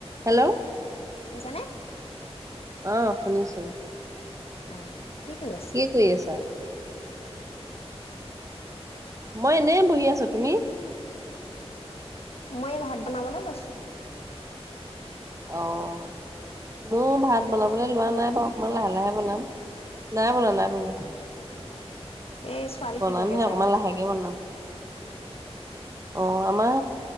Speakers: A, on the right; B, on the left.
A: Hello.
B: শুনিছানে?
A: অহ শুনিছো ।
B: অ'। কৰি আছে?
A: কি কৰি আছা? মই এনেই বহি আছো। তুমি?
B: মই এই ভাত বনাবলে লৈছো ।
A: অ'। মোৰ ভাত বনাবলৈ লোৱা নাই বাৰু। অকমান লাহে- লাহে বনাম। নাই বনা, নাই বনোৱা।
B: এই ছোৱালী
A: বনামহে
B: শুই থাকে যে,
A: অকমান লাহেকে বনাম অ আমাৰ